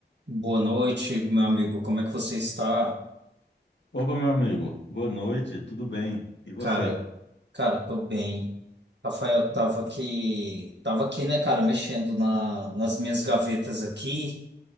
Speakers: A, on the right; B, on the left.
A: Boa noite, meu amigo. Como é que você está?
B: Opa, meu amigo. Boa noite, tudo bem? E você?
A: Cara, cara, tô bem. Rafael,
B: Que
A: tava
B: bom, né?
A: aqui, tava aqui, né, cara, mexendo na, nas minhas gavetas aqui,